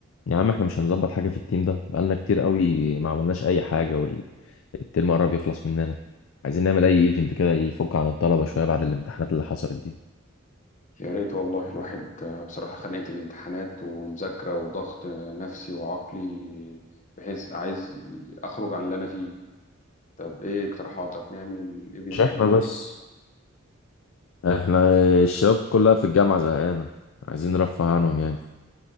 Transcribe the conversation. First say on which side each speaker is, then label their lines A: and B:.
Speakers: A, on the left; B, on the left.
A: يا عم احنا مش هنظبط حاجة في التيم ده بقالنا كتير قوي ما عملناش أي حاجة والترم قرب يخلص مننا عايزين نعمل أي ايفنت كده يفك عن الطلبة شوية بعد الامتحانات اللي حصلت دي
B: يا ريت والله الواحد آه، بصراحة خنقة الامتحانات ومذاكرة وضغط آه، نفسي وعقلي بحيث عايز أخرج عن اللي أنا فيه طب إيه اقتراحاتك نعمل إيفنت
A: مش احنا
B: نايت
A: بس احنا الشباب كلها في الجامعة زهقانة عايزين نرفه عنهم يعني